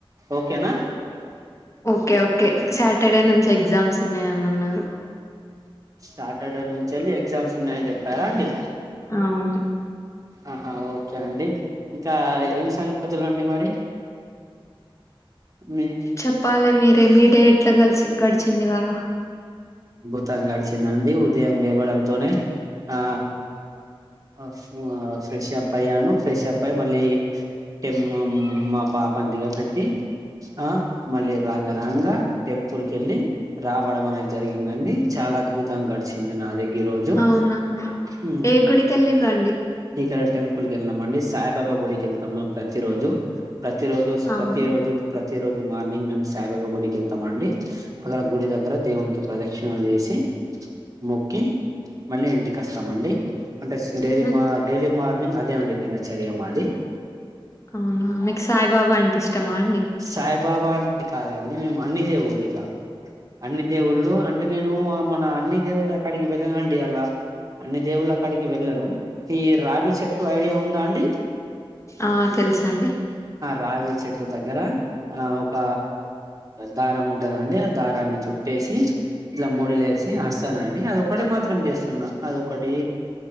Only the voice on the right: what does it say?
ఓకేనా
సాటర్డే నుంచి ఎళ్ళి ఎగ్జామ్స్ ఉన్నాయని చెప్పారా అండి.
ఆహా ఓకే అండి ఇంకా ఏమి సంగతులు అండి మరి మీ
మొత్తం గడిచిందండి ఉదయం లేవడంతోనే ఆ ఆ ఫ్రెష్ప్ అయ్యాను ఫ్రెష్ అప్ అయి మళ్ళీ టెమ్ మా పాపని దిగ పెట్టి ఆ మళ్ళీ రంగారంగా టెంపుల్ కి వెళ్ళి రావడం అనేది జరిగిందండి. చాలా అద్భుతంగా గడిచింది నాది ఈ రోజు
ఊ
ఈక ఇ టెంపుల్ కెల్నాం అండి సా సాయిబాబా గుడికి వెళ్తాం మేము ప్రతిరోజు ప్రతి రోజు స్
ప్రతి రోజు ప్రతి రోజు మార్నింగ్ మేము సాయిబాబా గుడికి వెళ్తామండి. అక్కడ గుడి దగ్గర దేవునికి ప్రదక్షిణలు చేసి మొక్కి మళ్ళీ ఇంటికి వస్తామండి. అంటే స్ డైలీ
డైలీ మార్నింగ్ అద్ ఇదే అండి దినచర్య మాది
సాయిబాబా అంటే కాదండి మేము అన్ని దేవుళ్ళు ఇగ అన్ని దేవుళ్ళు అంటే నేను మన అన్ని దేవుళ్ళ అక్కడికి వెళ్ళన అండి అలా అన్ని దేవుళ్ళ కాడికి వెళ్ళను ఈ రావి చెట్టు ఐడియా ఉందా అండి.
రావే చెట్టు దగ్గర ఆ ఒక దారం ఉంటందండి ఆ దారాన్ని చుట్టేసి ఇలా ముడులేసి వస్తానండి అదొకటిే మాత్రం చేస్తున్నా అదొకటి